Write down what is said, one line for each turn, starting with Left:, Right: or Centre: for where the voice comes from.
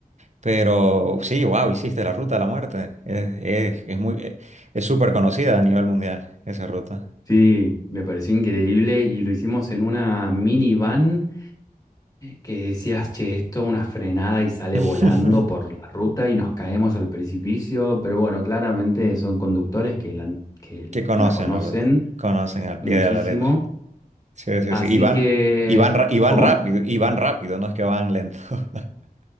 Right: Pero sí, wow, hiciste la ruta de la muerte. Es, es, es muy, eh, es súper conocida a nivel mundial esa ruta.
Left: Sí, me pareció increíble y lo hicimos en una minivan que decías, che, esto una frenada y sale
Right: <laughs>
Left: volando por la ruta y nos caemos al precipicio, pero bueno, claramente son conductores que la, que
Right: Que conocen
Left: la conocen
Right: la ruta, conocen al
Left: muchísimo,
Right: pie de la letra. Sí, sí,
Left: así
Right: sí. Y van,
Left: que,
Right: y van, ra- y van
Left: ¿cómo?
Right: rápido, y van rápido, no es que van lento. <laughs>